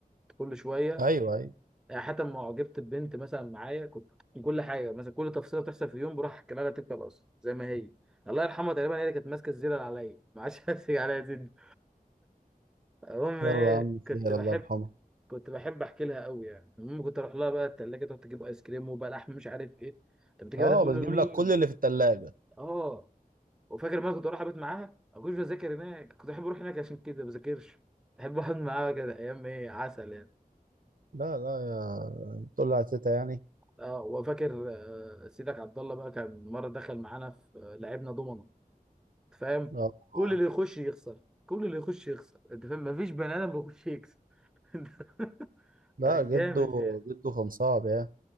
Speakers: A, in the centre; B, on the right.
A: كل شويه
B: ايوه ايوه
A: يعني حتى لما اعجبت ببنت مثلا معايا كنت كل حاجه مثلا كل تفصيله بتحصل في يوم بروح احكي لها تلك الاصل زي ما هي الله يرحمها تقريبا هي اللي كانت ماسكه الزينه اللي عليا <laughs> ما عادش هتسيج عليا زين المهم
B: يلا
A: ايه
B: يا عم
A: كنت
B: خير
A: بحب
B: الله يرحمه
A: كنت بحب احكي لها قوي يعني المهم كنت اروح لها بقى التلاجه تقعد تجيب ايس كريم وبلح مش عارف ايه طب بتجيب
B: اه
A: ده كله
B: بتجيب
A: لمين؟
B: لك كل اللي في التلاجة
A: اه وفاكر ما كنت اروح ابات معاها ما كنتش بذاكر هناك كنت احب اروح هناك عشان كده ما بذاكرش احب اقعد معاها كده ايام ايه عسل يعني
B: لا لا يا تقول لها تيتا يعني
A: اه وفاكر آه، سيدك عبد الله بقى كان مره دخل معانا في آه، لعبنا دومنه أنت فاهم
B: اه
A: كل
B: آه.
A: اللي يخش يخسر كل اللي يخش يخسر انت فاهم مفيش بني ادم بيخش يكسب <laughs>
B: لا
A: كان
B: جده
A: جامد فيها
B: جده كان صعب يعني